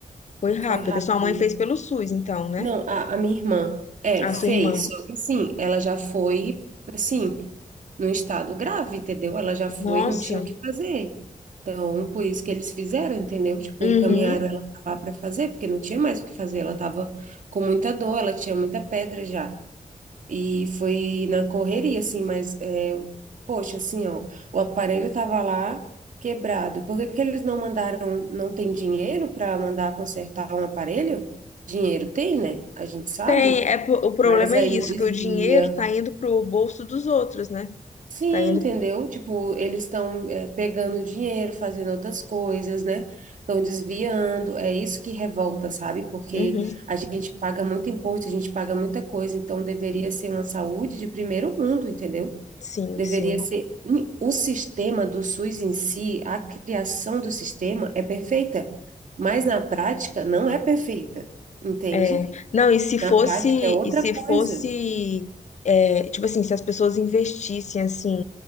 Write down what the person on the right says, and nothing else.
foi rápido,
né?
Não, a, a minha irmã, é,
fez,
só que assim, ela já foi, assim, num estado grave, entendeu? Ela já foi,
não tinha o que fazer. Então, por isso que eles fizeram, entendeu? Tipo,
encaminharam ela lá para fazer, porque não tinha mais o que fazer, ela tava com muita dor, ela tinha muita pedra já. E foi na correria, assim, mas, é, poxa, assim, ó, o aparelho tava lá quebrado. Por que que eles não mandaram, não tem dinheiro para mandar consertar um aparelho? Dinheiro tem, né? A gente sabe,
mas aí
desvia.
Sim,
entendeu? Tipo, eles estão, é, pegando dinheiro, fazendo outras coisas, né? Estão desviando. É isso que revolta, sabe? Porque
a gente paga muito imposto, a gente paga muita coisa, então deveria ser uma saúde de primeiro mundo, entendeu?
Deveria
ser. O sistema do SUS em si, a criação do sistema é perfeita, mas na prática não é perfeita, entende?
Na prática é outra
coisa.